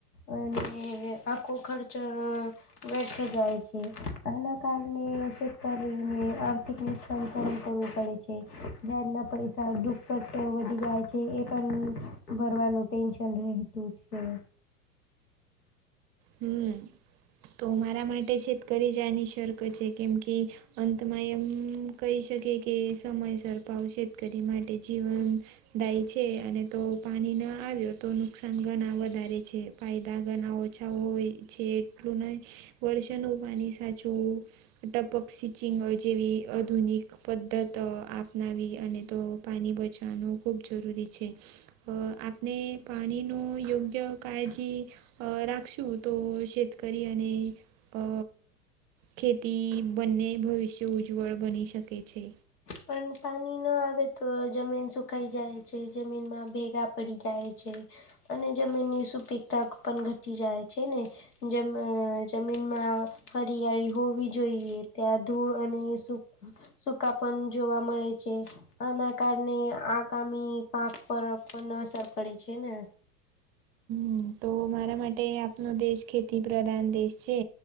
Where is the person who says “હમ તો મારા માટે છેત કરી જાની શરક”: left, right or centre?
Right